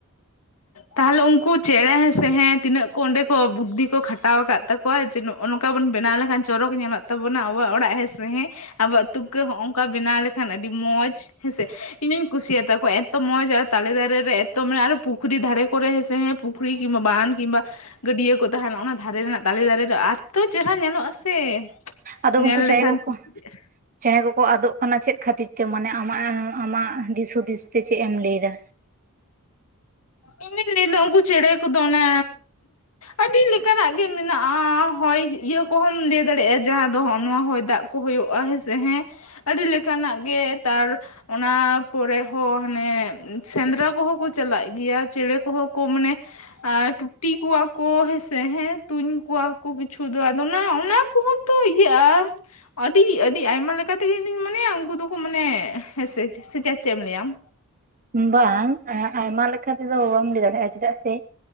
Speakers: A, on the left (about 80°); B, on the right (about 40°).
A: ᱛᱟᱦᱚᱞᱮ ᱩᱱᱠᱩ ᱪᱮᱬᱮ ᱦᱮᱸ ᱥᱮ ᱦᱮᱸ ᱛᱤᱱᱟᱹᱜ ᱠᱚ ᱚᱸᱰᱮ ᱠᱚ ᱵᱩᱫᱽᱫᱷᱤ ᱠᱚ ᱠᱷᱟᱴᱟᱣ ᱟᱠᱟᱫ ᱛᱟᱠᱚᱣᱟ ᱡᱮᱱᱚ ᱚᱱᱠᱟ ᱵᱚ ᱵᱮᱱᱟᱣ ᱞᱮᱠᱷᱟᱱ ᱪᱚᱨᱚᱠ ᱧᱮᱞᱚᱜ ᱛᱟᱵᱚᱱᱟ ᱟᱵᱚᱣᱟ ᱚᱲᱟᱜ ᱦᱮᱸ ᱥᱮ ᱦᱮᱸ ᱟᱵᱚᱣᱟᱜ ᱛᱩᱠᱟᱹ ᱦᱚᱸᱚᱝᱠᱟ ᱵᱮᱱᱟᱣ ᱞᱮᱠᱷᱟᱱ ᱟᱹᱰᱤ ᱢᱚᱸᱡᱽ ᱦᱮᱸᱥᱮ ᱤᱧᱤᱧ ᱠᱩᱥᱤᱭᱟᱛᱟ ᱠᱚᱣᱟ ᱮᱛᱚ ᱢᱚᱡᱽ ᱟᱨ ᱛᱟᱞᱮ ᱫᱟᱨᱮ ᱨᱮ ᱮᱛᱚ ᱢᱟᱱᱮ ᱟᱨᱚ ᱯᱩᱠᱷᱨᱤ ᱫᱷᱟᱨᱮ ᱠᱚᱨᱮ ᱦᱮᱸᱥᱮ ᱯᱩᱠᱷᱨᱤ ᱠᱤᱢᱵᱟ ᱵᱟᱱ ᱠᱤᱢᱵᱟ ᱜᱟᱹᱰᱭᱟᱹ ᱠᱚ ᱛᱟᱦᱮᱸᱱᱟ ᱚᱱᱟ ᱫᱷᱟᱨᱮ ᱨᱮᱱᱟᱜ ᱛᱟᱞᱮ ᱫᱟᱨᱮ ᱨᱮ ᱮᱛᱛᱚ ᱪᱮᱦᱨᱟ ᱧᱮᱞᱚᱜᱼᱟ ᱥᱮ
B: ᱟᱫᱚ
A: ᱧᱮᱞ
B: ᱩᱱᱠᱩ ᱪᱮᱬᱮ
A: ᱞᱮᱠᱷᱟᱱ
B: ᱠᱚᱠᱚ
A: ᱠᱩᱥᱤᱜᱼᱟ
B: ᱪᱮᱬᱮ ᱠᱚ ᱠᱚ ᱟᱫᱚᱜ ᱠᱟᱱᱟ ᱪᱮᱫ ᱠᱷᱟᱹᱛᱤᱨ ᱛᱮ ᱢᱟᱱᱮ ᱟᱢᱟᱜ ᱟᱢᱟᱜ ᱫᱤᱥ ᱦᱩᱫᱤᱥ ᱛᱮ ᱪᱮᱫ ᱮᱢ ᱞᱟᱹᱭ ᱫᱟ?
A: ᱤᱧ ᱫᱩᱧ ᱞᱟᱹᱭᱫᱟ ᱩᱱᱠᱩ ᱪᱮᱬᱮ ᱠᱚᱫᱚ ᱚᱱᱮ ᱟᱹᱰᱤ ᱞᱮᱠᱟᱱᱟᱜ ᱜᱮ ᱢᱮᱱᱟᱜᱼᱟ ᱦᱚᱭ ᱤᱭᱟᱹ ᱠᱚᱦᱚᱢ ᱞᱟᱹᱭ ᱫᱟᱲᱮᱭᱟᱜᱼᱟ ᱡᱟᱦᱟᱸ ᱫᱚ ᱦᱚᱜᱼᱚ ᱱᱚᱣᱟ ᱦᱚᱭ ᱫᱟᱜ ᱠᱚ ᱦᱩᱭᱩᱜᱼᱟ ᱦᱮᱸᱥᱮ ᱦᱮᱸ ᱟᱹᱰᱤ ᱞᱮᱠᱟᱱᱟᱜ ᱜᱮ ᱛᱟᱨ ᱚᱱᱟ ᱯᱚᱨᱮ ᱦᱚᱸ ᱦᱟᱱᱮ ᱥᱮᱸᱫᱽᱨᱟ ᱠᱚ ᱦᱚᱸ ᱠᱚ ᱪᱟᱞᱟᱜ ᱜᱮ ᱜᱮᱭᱟ ᱪᱮᱬᱮ ᱠᱚᱦᱚᱸ ᱠᱚ ᱢᱟᱱᱮ ᱟᱨ ᱴᱩᱴᱤ ᱠᱚᱣᱟ ᱠᱚ ᱦᱮᱸᱥᱮ ᱦᱮᱸ ᱛᱩᱧ ᱠᱚᱣᱟ ᱠᱚ ᱠᱤᱪᱷᱩ ᱫᱚ ᱟᱫᱚ ᱱᱟ ᱚᱱᱟ ᱠᱚ ᱦᱚᱸ ᱛᱚ ᱤᱭᱟᱹᱜᱼᱟ ᱟᱹᱰᱤ ᱟᱹᱰᱤ ᱟᱭᱢᱟ ᱞᱮᱠᱟ ᱛᱮ ᱜᱮ ᱤᱧᱫᱩᱧ ᱢᱚᱱᱮᱭᱟ ᱩᱱᱠᱩ ᱫᱚ ᱠᱚ ᱢᱟᱱᱮ ᱦᱮᱸ ᱥᱮ ᱪᱮᱫ ᱪᱮᱫ ᱮᱢ ᱞᱟᱹᱭᱟ ᱟᱢ?
B: ᱵᱟᱝ ᱟᱭᱢᱟ ᱞᱮᱠᱟ ᱛᱮ ᱫᱚ ᱵᱟᱢ ᱞᱟᱹᱭ ᱫᱟᱲᱮᱭᱟᱜᱼᱟ ᱪᱮᱫᱟᱜ ᱥᱮ